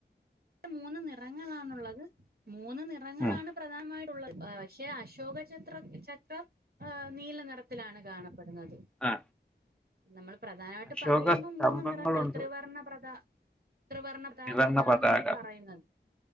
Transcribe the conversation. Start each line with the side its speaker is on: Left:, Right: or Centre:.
Right: മൂന്ന് നിറങ്ങളാണുള്ളത്. മൂന്ന് നിറങ്ങളാണ്
Centre: ഉം
Right: പ്രധാനമായിട്ടുള്ളത്. പക്ഷേ അശോകച്ചഛത്ര ചക്രം ആ നീല നിറത്തിലാണ് കാണപ്പെടുന്നത്.
Centre: ആ
Right: നമ്മള് പ്രധാനായിട്ട്
Centre: അശോക
Right: പറയുമ്പോ
Centre: സ്തംഭങ്ങളുണ്ട്
Right: മൂന്ന് നിറങ്ങൾ ത്രിവർണ പ്രഥ ത്രിവർണ പതാക
Centre: ത്രിവർണ്ണ
Right: എന്നാണ്
Centre: പതാക
Right: നമ്മള് പറയുന്നത്